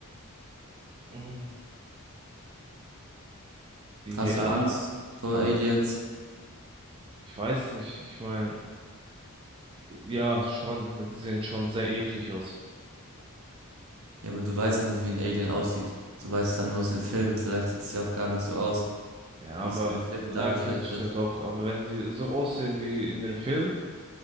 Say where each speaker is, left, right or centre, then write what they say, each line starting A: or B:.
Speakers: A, on the right; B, on the right.
A: Mhm. Ja,
B: Hast du Angst vor Aliens?
A: ich weiß nicht. Ich meine, ja, schon, weil die sehen schon sehr eklig aus.
B: Ja, aber du weißt ja nicht, wie ein Alien aussieht. Du weißt es dann nur aus dem Film. Vielleicht sieht es ja auch gar nicht so aus,
A: Ja, aber,
B: wie es in den Filmen
A: ah,
B: dargestellt
A: okay, das stimmt
B: wird.
A: auch. Aber wenn die so aussehen wie in den Filmen,